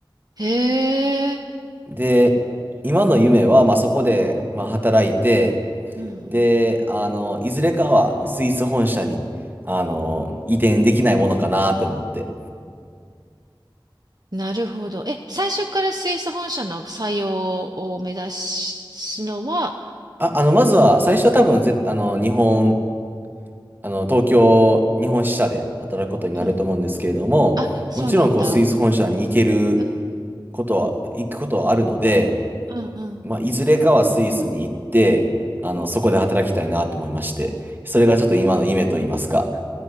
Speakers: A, on the right; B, on the right.
A: へえ、
B: で、今の夢は、まあ、そこで、まあ、働いて、
A: うん。
B: で、あの、いずれかは、まあ、スイス本社に、あの、移転できないものかなって思って。
A: なるほど。え、最初からスイス本社の採用を目指すのは、
B: あ、あの、まずは、最初は多分、ぜ、あの、日本、あの、東京、日本支社で働くことになると思うんですけれども、
A: うん。あ、そうなんだ。
B: もちろん、こう、スイス本社に行ける
A: うん
B: ことは、行くことはあるので、
A: うんうん。
B: まあ、いずれかはスイスに行って、あの、そこで働きたいなと思いまして、それがちょっと今の夢と言いますか、